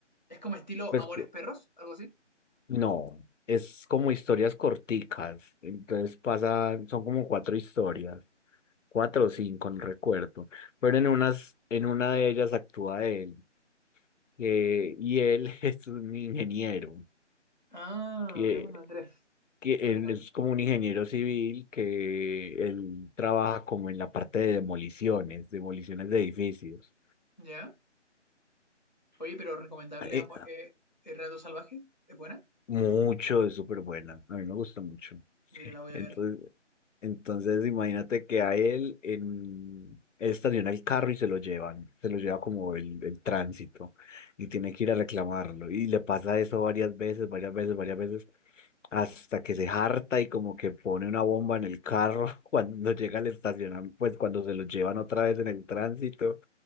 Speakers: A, on the left; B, on the left.
A: Es como estilo
B: Pues
A: Amores Perros, algo así.
B: No, es como historias corticas, entonces pasa, son como cuatro historias, cuatro o cinco, no recuerdo, pero en unas, en una de ellas actúa él, que, y él <laughs> es un ingeniero,
A: Ah,
B: que,
A: es un Andrés,
B: que él
A: básicamente.
B: es como un ingeniero civil que él trabaja como en la parte de demoliciones, demoliciones de edificios.
A: ¿Ya? Oye, pero recomendable
B: Eh,
A: Amo- eh, El Rato Salvaje, ¿es buena?
B: mucho, es súper buena, a mí me gusta mucho.
A: Mira, la voy
B: Entonces,
A: a ver.
B: Entonces, imagínate que a él, en, él estaciona el carro y se lo llevan, se lo lleva como el, el tránsito y tiene que ir a reclamarlo. Y le pasa eso varias veces, varias veces, varias veces, hasta que se harta y como que pone una bomba en el carro <laughs> cuando llega al estacionamiento, pues cuando se lo llevan otra vez en el tránsito